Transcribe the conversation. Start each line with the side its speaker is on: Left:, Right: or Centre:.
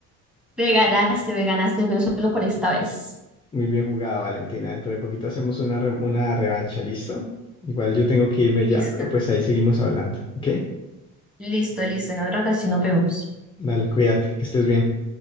Centre: Me ganaste, me ganaste, pero solo por esta vez.
Left: Muy bien jugado, Valentina. Dentro de poquito hacemos una, re- una revancha, ¿listo? Igual yo tengo que irme
Centre: Listo,
Left: ya, pero pues ahí seguimos hablando, ¿ok?
Centre: listo, listo. En otra ocasión nos vemos.
Left: Dale, cuídate, que estés bien.